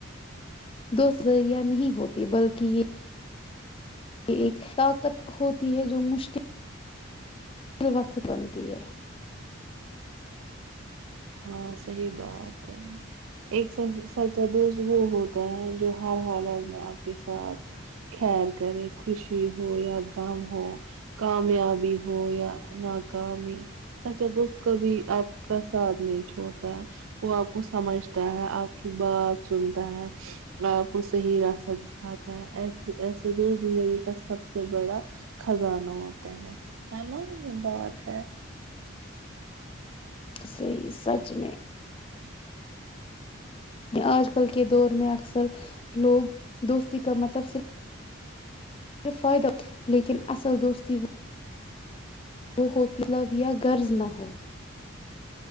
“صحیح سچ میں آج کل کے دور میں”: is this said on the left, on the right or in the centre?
Left